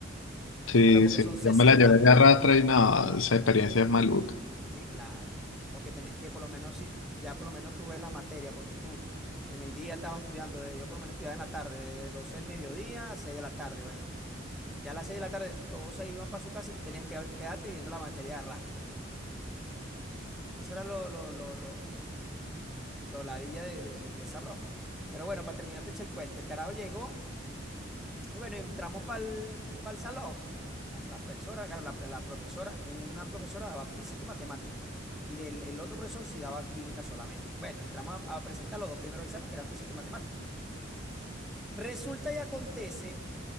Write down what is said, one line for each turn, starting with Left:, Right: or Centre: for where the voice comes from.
Left: sí,
Centre: Claro, porque
Left: sí.
Centre: son sesenta
Left: Yo me la llevé de arrastra y no, esa experiencia es maluca.
Centre: Sí, claro. Porque tenés que, por lo menos, si ya por lo menos tú ves las materias, ponte tú. En el día estaba estudiando, de- yo por lo menos estudiaba en la tarde, de 12 del mediodía a 6 de la tarde. Bueno, ya a las 6 de la tarde todos se iban para su casa y tú tenías que quedarte viendo la materia de arrastra. Eso era lo, lo, lo, lo, lo ladilla de, de- de- de esa broma. Pero bueno, para terminar, te eché el cuento. El carajo llegó y bueno, entramos para el, salón. La, la profesora, claro, la, la profesora, una profesora daba física y matemática. Y el, el otro profesor sí daba química solamente. Bueno, entramos a, a presentar los dos primeros exámenes, que era física y matemática. Resulta y acontece